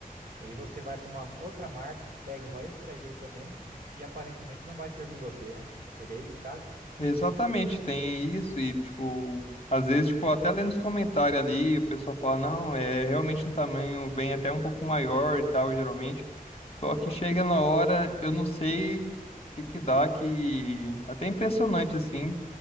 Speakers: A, on the right; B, on the left.
A: E aí você vai para uma outra marca, pega uma extra G também e aparentemente não vai servir em você, né? Seria isso o caso?
B: Exatamente, tem isso e, tipo, às vezes, tipo, até lendo os comentários ali, o pessoal fala, não, é realmente um tamanho bem até um pouco maior e tal, geralmente. Só que chega na hora, eu não sei o que que dá, que até é impressionante, assim,